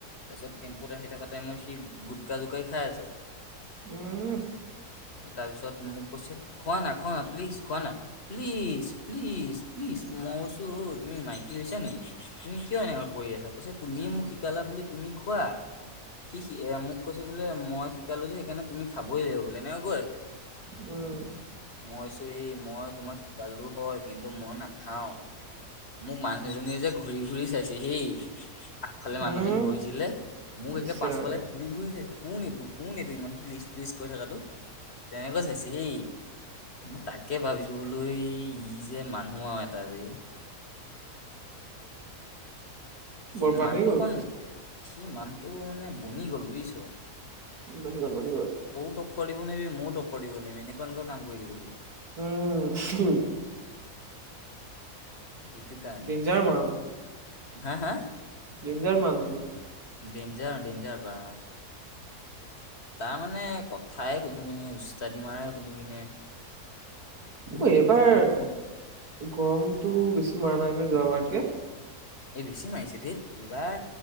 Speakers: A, on the left; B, on the right.
A: তাৰপিছত টেম্পুত আহি থকা টাইমত সি গোটকা জোকাৰি খাই আছে
B: উম,
A: তাৰ পিছত মোক কৈছে খোৱা না, খোৱা না, প্লিজ খোৱা না প্লিজ - প্লিজ - প্লিজ, মই কৈছো অ, তুমি মাইকী হৈছা নেকি? তুমি কিয় এনেকুৱা কৰি আছা কৈছা তুমিয়ে মোক শিকালা বুলি তুমি খোৱা সি সি মোক কৈছে বোলে মই শিকালো যে সেইকাৰণে তুমি খাবই লাগিব বোলে এনেকা কৈ আছে।
B: উম,
A: মইছো এই মই তোমাক শ শিকালো হয় কিন্তু মই নাখাও মোক মানুহজনী যে ঘুৰি ঘুৰি চাইছে হেই আগফালে মানুহজনী
B: উম
A: বহিছিলে মোক একে
B: ইচ
A: পাছফালে
B: ৰাম
A: ঘূৰি কোন এইটো কোন এইটো ইমান প্লিচ প্লিচ কৈ থকাাতটো তেনেকৈ চাইছে। দেই মই তাকে ভাবিছোঁ বোলো ই যে মানুহ আৰু এটা বে। সি
B: বৰবাদ
A: মানুটো
B: হৈ গ'ল
A: অকণ সি মানুটো মানে বনি গ'ল বুজিছ।
B: বনি গ'ল বনি গ'ল।
A: তাইও টক্কৰ দিবোৱাৰিবি মইও টক্কৰ দিব নোৱাৰিম এনেকুৱা এনেুৱা কাম কৰিব দিব সি।
B: উম।
A: এইটো কাৰনে।
B: ডেঞ্জাৰ মাল।
A: হা হা?
B: ডেঞ্জাৰ মাল বোলো।
A: ডেঞ্জাৰ ডেঞ্জাৰ বা তাৰ তাৰ মানে কথাই শুনি পিনে উচতাদি মাৰাই শুনিবিনে।
B: অ', এইবাৰ
A: ফোন
B: গৰমতটো বেছি মৰা নাই নে যোৱাবাৰতকে?
A: এই বেছি মাৰিছে ধেত এইবাৰ